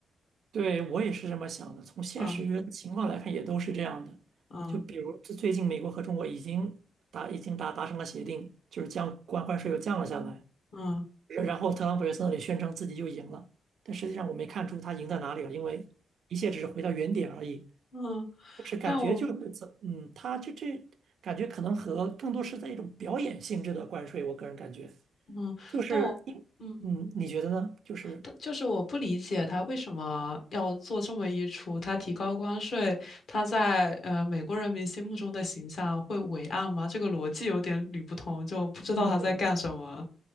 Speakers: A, on the right; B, on the left.
A: 对，我也是这么想的。从现实情况来看，
B: 嗯
A: 也都是这样的。
B: 嗯
A: 就比如这最近美国和中国已经达已经达达成了协定，就是将关关税又降了下来。
B: 嗯。
A: 然后特朗普又在那里宣称自己又赢了，但实际上我没看出他赢在哪里了，因为一切只是回到原点而已。
B: 嗯，
A: 就是感觉就是怎嗯，
B: 但我
A: 它就这感觉可能和更多是在一种表演性质的关税，我个人感觉，
B: 嗯，
A: 就是因嗯，
B: 但我，嗯，
A: 你觉得呢？就是
B: 但就是我不理解他为什么要做这么一出。他提高关税，他在呃美国人民心目中的形象会伟岸吗？这个逻辑有点捋不通，就不知道他在干什么。
A: 嗯